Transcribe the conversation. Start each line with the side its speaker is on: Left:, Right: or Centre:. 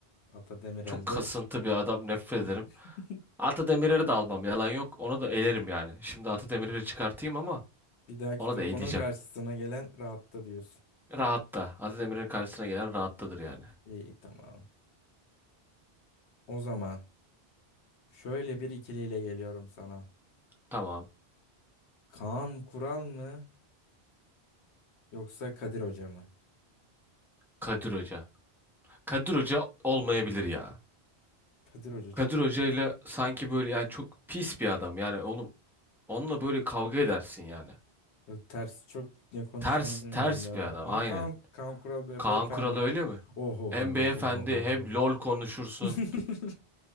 Left: Ata Demirel
Centre: Çok kasıntı
Left: de
Centre: bir adam nefret
Left: <laughs>
Centre: ederim.
Left: <laughs>
Centre: Ata Demirer'i de almam yalan yok. Onu da elerim yani. Şimdi Ata Demirer'i çıkartayım ama
Left: Bir dahaki
Centre: onu
Left: tur
Centre: da eleyeceğim.
Left: bunun karşısına gelen rahatta diyorsun.
Centre: Rahatta. Ata Demirer'in karşısına gelen rahattadır yani.
Left: İyi tamam. O zaman şöyle bir ikiliyle geliyorum sana.
Centre: Tamam.
Left: Kaan Kural mı yoksa Kadir Hoca mı?
Centre: Kadir Hoca. Kadir Hoca olmayabilir ya.
Left: Kadir Hoca çok
Centre: Kadir Hoca ile sanki böyle yani çok pis bir adam. Yani oğlum onunla böyle kavga edersin yani.
Left: çok ters çok ne konuşacağını
Centre: Ters
Left: bilmeyen
Centre: ters
Left: bir adam.
Centre: bir adam
Left: Ama
Centre: aynen.
Left: Kaan, Kaan Kural be,
Centre: Kaan
Left: beyefendi.
Centre: Kural öyle mi?
Left: Oho.
Centre: Hem beyefendi hem LOL konuşursun.
Left: <laughs>